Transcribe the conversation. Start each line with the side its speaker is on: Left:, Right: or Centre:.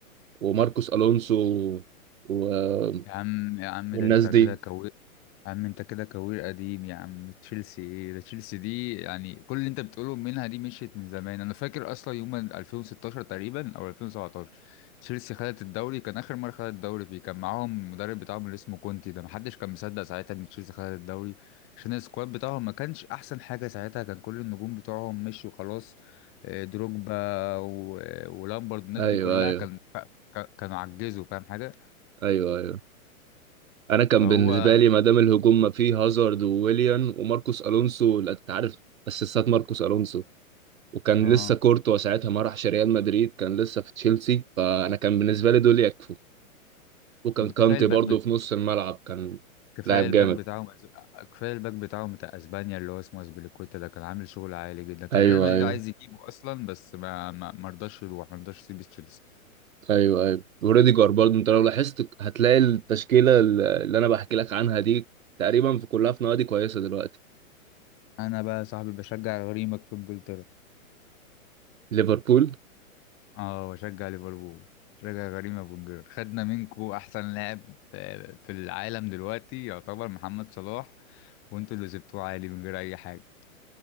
Right: وماركوس الونسو و... آه،
Left: يا عم يا عم
Right: والناس
Left: ده انت كده
Right: دي
Left: كوير يا عم انت كده كوير قديم يا عم تشيلسي ايه ده تشيلسي دي يعني كل اللي انت بتقوله منها دي مشيت من زمان انا فاكر اصلا يوم 2016 تقريبا او 2017 تشيلسي خدت الدوري كان اخر مره خدت الدوري فيه كان معاهم المدرب بتاعهم اللي اسمه كونتي ده محدش كان مصدق ساعتها ان تشيلسي خدت الدوري عشان السكواد بتاعهم ما كانش احسن حاجه ساعتها كان كل النجوم بتوعهم مشوا خلاص اه، دروجبا و- ولامبرد الناس
Right: ايوه
Left: دي كلها
Right: ايوه
Left: كان كانوا عجزوا فاهم حاجه
Right: ايوه ايوه انا كان
Left: فهو
Right: بالنسبه
Left: يعني
Right: لي ما دام الهجوم ما فيه هازارد وويليان وماركوس الونسو لا انت عارف اسيستات ماركوس الونسو وكان
Left: اه
Right: لسه كورتوا ساعتها ما راحش ريال مدريد كان لسه في تشيلسي فانا كان بالنسبه لي دول يكفوا وكان كانتي
Left: كفايه الباك
Right: برضه
Left: بت...
Right: في نص الملعب كان
Left: كفايه
Right: لاعب
Left: الباك
Right: جامد
Left: بتاعهم أز- كفايه الباك بتاعهم بتاع اسبانيا اللي هو اسمه اسبليكويتا ده كان عامل شغل عالي جدا كان
Right: ايوه
Left: ريال مدريد
Right: ايوه
Left: عايز يجيبه اصلا بس ما ما ما رضاش يروح ما رضاش يسيب تشيلسي
Right: ايوه ايوه وريديجر برضه انت لو لاحظت هتلاقي التشكيله اللي انا بحكي لك عنها دي تقريبا في كلها في نوادي كويسه دلوقتي
Left: انا بقى يا صاحبي بشجع غريمك في انجلترا
Right: ليفربول
Left: اه بشجع ليفربول بشجع غريمه في انجلترا خدنا منكو احسن لاعب في في العالم دلوقتي يعتبر محمد صلاح وانتوا اللي سبتوه عالي من غير اي حاجه